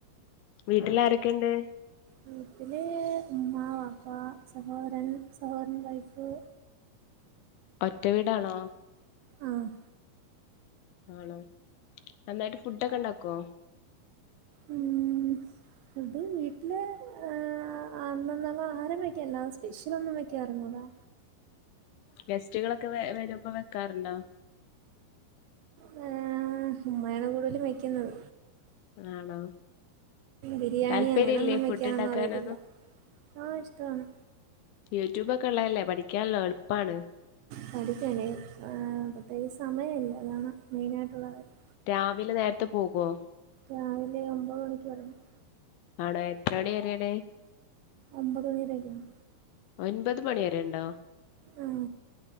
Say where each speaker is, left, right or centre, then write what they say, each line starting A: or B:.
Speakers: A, on the left (about 80°); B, on the right (about 80°).
A: വീട്ടില് ആരൊക്കെണ്ട്.
B: വീട്ടില് ഉമ്മ വാപ്പ സഹോദരൻ സഹോദരന്റെ വൈഫ്.
A: ഒറ്റ വീടാണോ
B: ആ
A: ആണോ നന്നായിട്ട് ഫുഡ്ഡൊക്കെ ഒണ്ടാക്കുവോ.
B: ഉം അത് വീട്ടില് ആ ആ അന്നന്നൊള്ള ആഹാരവെയ്ക്കല്ലാ സ്പെഷ്യലൊന്നും വെക്കാറൊന്നൂലാ.
A: ഗസ്റ്റുകളൊക്കെ വ വരുമ്പൊ വെക്കാറൊണ്ടോ.
B: വാ ഉമ്മയാണ് കൂടുതലും വെയ്ക്കുന്നത്.
A: ആണോ
B: ബിരിയാണി
A: താല്പര്യം
B: അങ്ങനൊന്നും
A: ഇല്ലേ ഫുഡ്
B: വെക്കാനൊന്നും
A: ഉണ്ടാക്കാനൊന്നും
B: അറിയത്തില്ല. ആ ഇഷ്ടവാണ്.
A: യൂട്യൂബൊക്കെ ഒള്ളതല്ലേ പഠിക്കാല്ലോ എളുപ്പാണ്.
B: പഠിക്കാനെ ആ പ്രത്യേകിച്ച് സമയമില്ല അതാണ് മെയിനായിട്ടുള്ള കാര്യം.
A: രാവിലെ നേരത്തെ പോകുവോ
B: രാവിലെ ഒമ്പതുമണിക്കെറങ്ങും.
A: ആവിടെ എത്ര മണിവരേണ്.
B: ഒമ്പതുമണി വരെയൊക്കെയാണ്.
A: ഒൻപതുമണി വരെയൊണ്ടോ
B: ഉം